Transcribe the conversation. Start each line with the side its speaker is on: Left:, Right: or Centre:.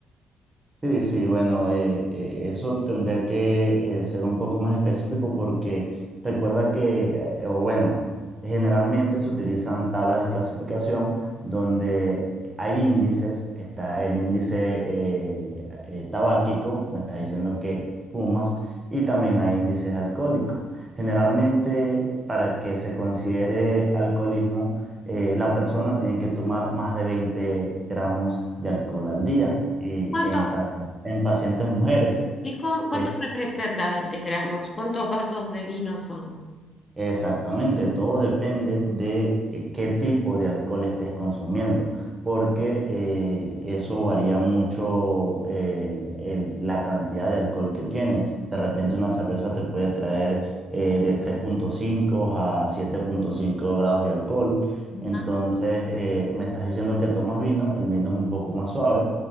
Right: Sí, sí, bueno, eh, eh, eso tendría que eh, ser un poco más específico porque recuerda que, eh, o bueno, generalmente se utilizan tablas de clasificación donde hay índices, está el índice eh, eh, tabáquico, me está diciendo que fumas, y también hay índices alcohólicos. Generalmente, para que se considere alcoholismo, eh, la persona tiene que tomar más de 20 gramos de alcohol al día y
Left: ¿Cuánto?
Right: en, pacien- en pacientes mujeres.
Left: ¿Y cu- cuánto
Right: eh,
Left: representa 20 gramos? ¿Cuántos vasos de vino son?
Right: Exactamente, todo depende de qué qué tipo de alcohol estés consumiendo, porque eh, eso varía mucho eh, el- la cantidad de alcohol que tiene. De repente
Left: Ujú,
Right: una cerveza te puede traer eh, de tres punto cinco a siete punto cinco grados de alcohol.
Left: ujú.
Right: Entonces, eh, me estás diciendo que tomas vino, el vino es un poco más suave.